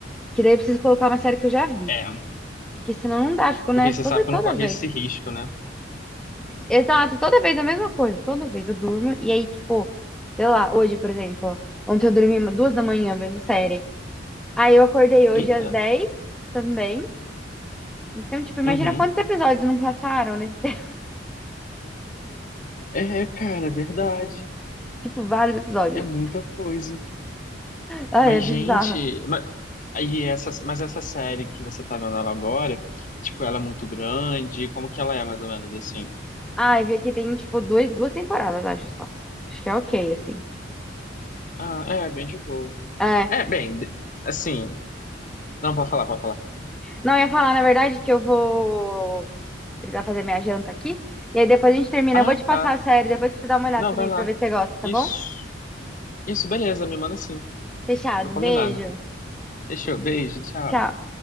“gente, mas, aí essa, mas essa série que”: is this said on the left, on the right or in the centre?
Left